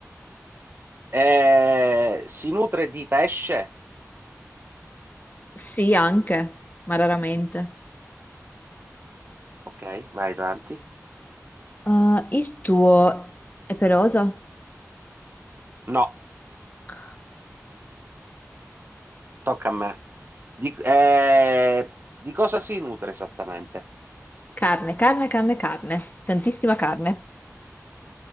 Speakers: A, on the right; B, on the left.
A: Eh, si nutre di pesce?
B: Sì, anche, ma raramente.
A: Ok, vai avanti.
B: Uh, il tuo è peloso?
A: No,
B: Ok.
A: tocca a me. Di, eh, di cosa si nutre esattamente?
B: Carne, carne, carne, carne, tantissima carne.